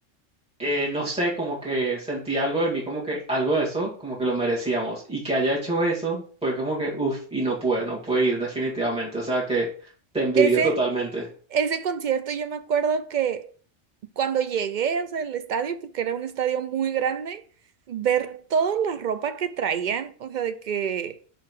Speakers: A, in the centre; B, on the right.
A: eh, no sé, como que sentí algo de mí, como que algo de eso, como que lo merecíamos. Y que haya hecho eso, fue como que, uff, y no pude, no pude ir definitivamente. O sea que te envidio
B: Ese,
A: totalmente.
B: ese concierto yo me acuerdo que cuando llegué, o sea, al estadio, porque era un estadio muy grande, ver toda la ropa que traían, o sea, de que